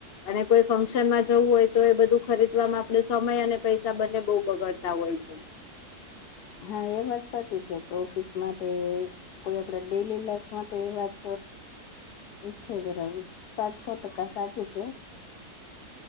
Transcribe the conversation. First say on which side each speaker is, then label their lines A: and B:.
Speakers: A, on the left; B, on the left.
A: અને કોઈ ફંકક્શનમાં જવું હોય તો એ બધું ખરીદવામાં આપડે સમય અને પૈસા બંને બહુ બગાડ તા હોય છે.
B: હા એ વાત સાચી છે કે ઓફિસ માટે કોઈ આપડા ડેલી લાઈફ માટે એ વાત અચ્છા બરાબર સાત સો ટકા સાચી છે.